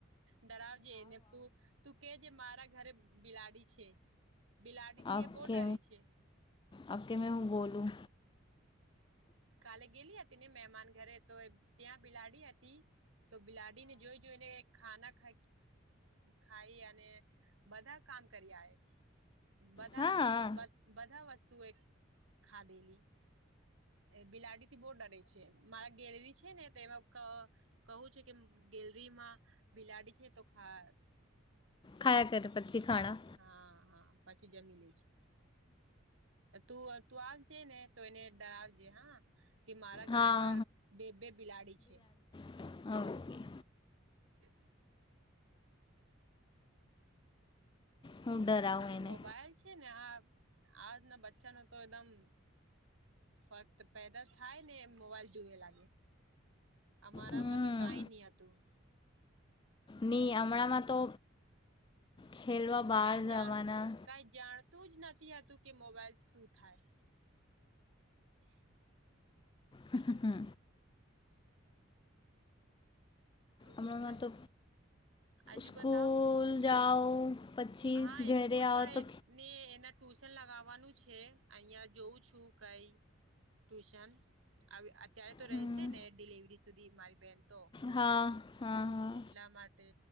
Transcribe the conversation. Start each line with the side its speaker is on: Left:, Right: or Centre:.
Right: ડરાવજે એને તું તું કેજ મારા ઘરે બિલાડી છે બિલાડી થી
Left: ઓકે
Right: એ બહુ ડરે છે
Left: આપકે મેં હું બોલું
Right: કાલે ગેલી હતી ને મહેમાન ઘરે તો ત્યાં બિલાડી હતી તો બિલાડી ને જોઈ જોઈને ખાના ખ ખાઈ અને બધા કામ કર્યા એ બધા
Left: હા
Right: બધા વસ્તુએ ખાધેલી બિલાડી થી બહુ ડરે છે મારા ગેલેરી છે ને તો એમાં કવું છે કે ગેલરીમાં બિલાડી છે તોા
Left: ખાયા કર પછી ખાણા
Right: હા હા પાછી જમી લે છે તું તું આવજે ને તો એને ડરાવજે હા કે મારા ઘરે
Left: હા
Right: પણ બે બે બિલાડી છે
Left: હ
Right: હ
Left: હું ડરાવું
Right: એ
Left: એને
Right: મોબાઈલ છે ને આ આજના બચ્ચા ન તો એકદમ ફક્ત પેદા થાય ને એમ મોબાઈલ જુવે લાગે. અમારામાં
Left: હમ
Right: તો કઈ નહ હતું.
Left: ની હમણાંમાં તો ખેલવા બહાર
Right: કઈ જા
Left: જવાના
Right: કઈ જાણતું જ નથી આ તું કે મોબાઈલ શું થાય. <unintelligible>
Left: હા હા
Right: આવું
Left: અમણા
Right: જ થાય
Left: તો
Right: હજુ
Left: સ્સ્કૂલ
Right: બતાવ
Left: જાઓ પછી
Right: હા
Left: ઘરે
Right: સ્કૂલ
Left: આવો
Right: પણ
Left: તો
Right: ને એના ટ્યુશન લગાવવાનું છે અહિયાં જોઉં છું કઈ. ટ્યુશન અત્યારે તો
Left: હમ,
Right: રહેશે ને ડિલિવરી સુધી મારી બેહેન તો
Left: હા હા હા
Right: એટલા માટે